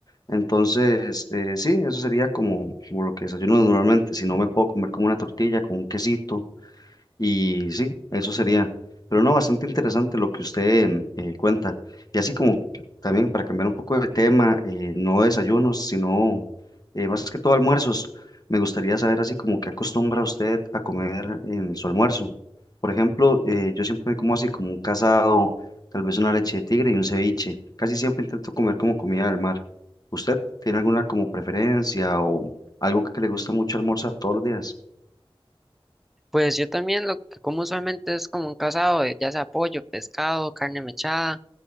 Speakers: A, on the left (about 40°); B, in the centre.
A: Entonces, eh, sí, eso sería como, como lo que desayuno normalmente. Si no, me puedo comer como una tortilla con un quesito y sí, eso sería. Pero no, bastante interesante lo que usted mm, eh, cuenta. Y así como también para cambiar un poco de tema, eh, no desayunos, sino eh, más que todo almuerzos. Me gustaría saber así como qué acostumbra usted a comer en su almuerzo. Por ejemplo, eh, yo siempre como así como un casado, tal vez una leche de tigre y un ceviche. Casi siempre intento comer como comida del mar. ¿Usted tiene alguna como preferencia o algo que le gusta mucho almorzar todos los días?
B: Pues yo también lo que como usualmente es como un casado, de, ya sea pollo, pescado, carne mechada,